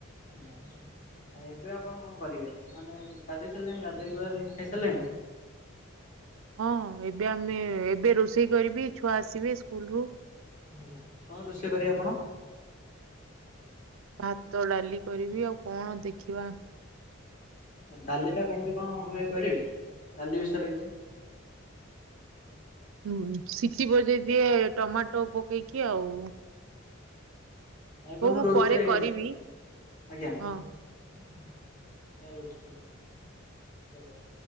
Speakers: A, on the left (about 40°); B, on the right (about 75°).
A: ଆଜ୍ଞ।। ଏ ବେ ଆପଣ କଣ କରିବେ ମାନେ ଗାଧୋଇ ସାରିଲେଣି ଗାଧୋଇଗୁଧାକି ଖାଇ ସାରିଲେଣି?
B: ହଁ ଏବେ ଆମେ ଏବେ ରୋଷେଇ କରିବି ଛୁଆ ଆସିବେ ସ୍କୁଲ ରୁ।
A: ଆଜ୍ଞା କଣ ରୋଷେଇ କରିବେ ଆପଣ?
B: ଭାତ ଡାଲି କରିବି ଆଉ କଣ ଦେଖିବା।
A: ଡାଲି ଟା କେମିତି କଣ ହୁଏ କହିବେ ଡାଲି ବିଷୟରେ କିଛି?
B: ହୁଁ ସିଟିି ବଜେଇ ଦିଏ ଟମାଟୋ ପକେଇକି ଆଉ।
A: ଏବେ
B: ହଉ
A: ମୁଁ ରହୁଛି
B: ପରେ
A: ଆଜ୍ଞା
B: କରିବି
A: ଆଜ୍ଞା।
B: ହଁ।
A: ଆଜ୍ଞା ରହୁଛି।